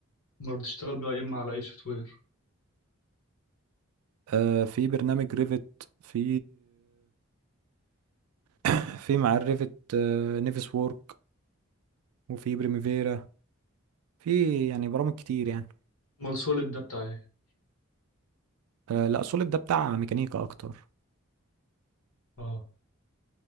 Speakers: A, on the left (about 80°); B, on the right (about 85°).
A: أمال بتشتغل بي أي إم على أي سوفت وير؟
B: آه في برنامج ريفت في آه، في مع الريفت آه نيفس وورك وفي بريميفيرا في يعني برامج كتير يعني
A: أمال سوليد ده بتاع إيه؟
B: آه لا سوليد ده بتاع ميكانيكا اكتر
A: اه